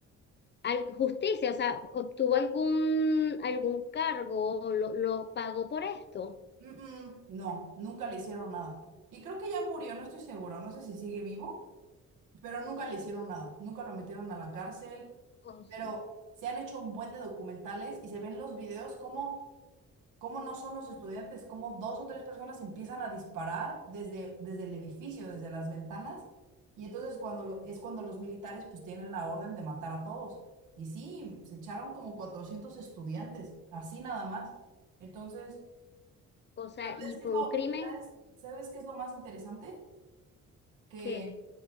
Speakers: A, on the left; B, on the right.
A: al- justicia, o sea, obtuvo algún, algún cargo, o lo, lo pagó por esto.
B: Mm, mm, no, nunca le hicieron nada. Y creo que ya murió, no estoy seguro, no sé si sigue vivo, pero nunca le hicieron nada. Nunca lo metieron a la cárcel,
A: O sea,
B: pero se han hecho un buen de documentales y se ven los videos como cómo no son los estudiantes, cómo dos o tres personas empiezan a disparar desde, desde el edificio, desde las ventanas, y entonces cuando lo- es cuando los militares pues tienen la orden de matar a todos. Y sí, se echaron como 400 estudiantes, así nada más. Entonces,
A: o sea,
B: pero
A: y
B: ¿sabes qué
A: fue
B: es lo,
A: un crimen
B: sabes, sabes qué es lo más interesante? Que,
A: que,